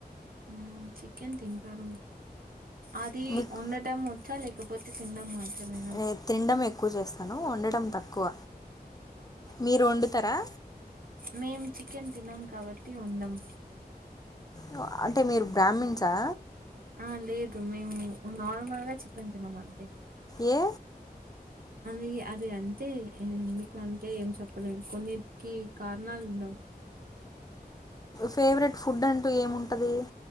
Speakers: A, on the right; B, on the left.
A: మ్మ్ చికెన్ తింటాను అది
B: మీకు
A: వాడటం వచ్చు లే ఇకపోతే తినడం మాత్రమేనా
B: నే త్నిడం ఎక్కువ చేస్తాను వండట తక్కువ మీరు వండుతారా
A: మేమ్ చి కెన్ తినం కాబట్టి ఉండం
B: ఆ అంటే మీరు బ్రాహ్మీణసా
A: ఆ లేదు మేము నార్మల్గా చికెన్ తినము అంతే
B: ఏ
A: అంది అది అంతే ఎందుకు అంటే ఏం చెప్పలేము కొన్నికి కారణాలు ఉండవు
B: ఫెవరెట్ ఫుడ్ అంటూ ఏముంటది